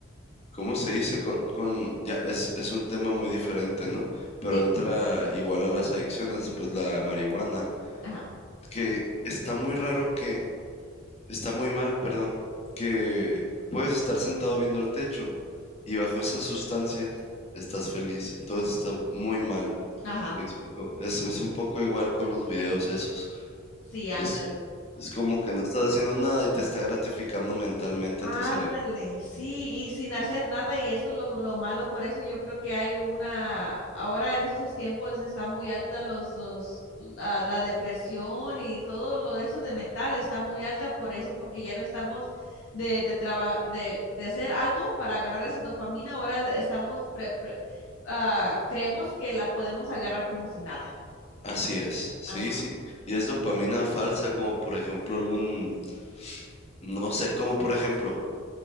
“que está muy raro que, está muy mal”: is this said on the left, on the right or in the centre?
Left